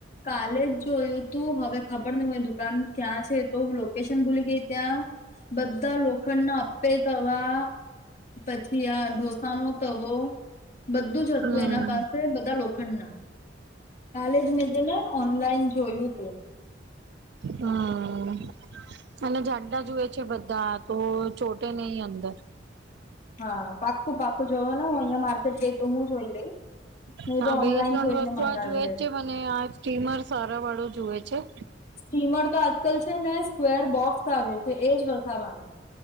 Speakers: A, on the left; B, on the right.
A: કાલેજ જો હું તું હવે ખબર નહ હોય દુકાન ક્યાં છે તો લોકેશન ભૂલી ગઈ ત્યાં બધા લોખંડ ના અપે તવા પછી આ ઢોસાનો તવો બધું જ હતું
B: હમ
A: એના પાસે બધા લોખંડના કાલે જ મેં જે ને ઓનલાઈન જોયું. તું
B: હમ્મ. અને ઝંડા જુએ છે બધા તો ચોટે નહી અંદર.
A: હા પાક્કું પાકું જવાના ને હું અહિયાં માર્કેટ ગઈ તો હું જોઈ લઈ નહી
B: હા
A: તો
B: બે
A: ઓનલાઈન
B: ત્રણ
A: જોઈને
B: વસ્તુ
A: મંગાવી
B: આ જુએ
A: લેતું.
B: જ છે મને આ સ્ટીમર સારા વાળો જુએ છે?
A: સ્ટીમર તો આજકાલ છે ને સ્કવેર બોક્સ આવે છે એજ વસાવાનું